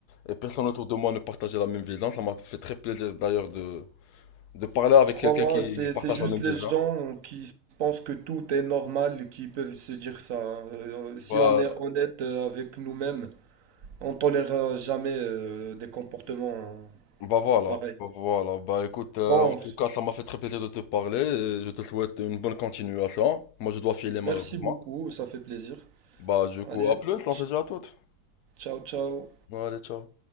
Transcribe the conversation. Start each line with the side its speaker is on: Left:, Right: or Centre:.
Left: et personne autour de moi ne partageait la même vision. Ça m'a fait très plaisir d'ailleurs de, de parler avec
Right: Crois-moi,
Left: quelqu'un qui
Right: c'est, c'est
Left: partage
Right: juste
Left: la même
Right: les
Left: vision.
Right: gens qui pensent que tout est normal qui peuvent se dire ça. hein. Euh, si
Left: Bah,
Right: on est honnête euh, avec nous-mêmes, on tolérera jamais euh, des comportements euh,
Left: bah voilà,
Right: pareils.
Left: bah voilà. Bah écoute, euh,
Right: Bon,
Left: en tout cas, ça m'a fait très plaisir de te parler et je te souhaite une bonne continuation. Moi, je dois filer malheureusement.
Right: merci beaucoup, ça fait plaisir.
Left: Bah du
Right: Allez,
Left: coup, à plus, on
Right: ch-
Left: se dit à toutes.
Right: ciao, ciao.
Left: Allez, ciao.